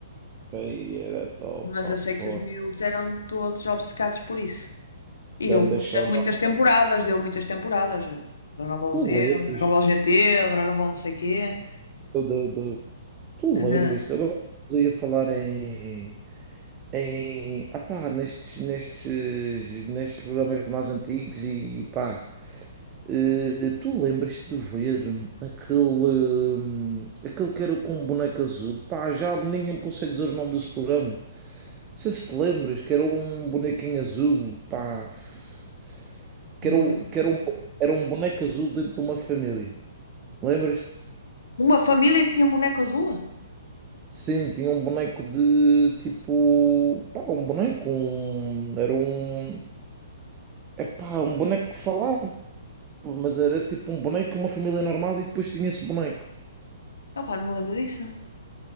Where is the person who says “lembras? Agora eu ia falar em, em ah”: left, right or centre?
Right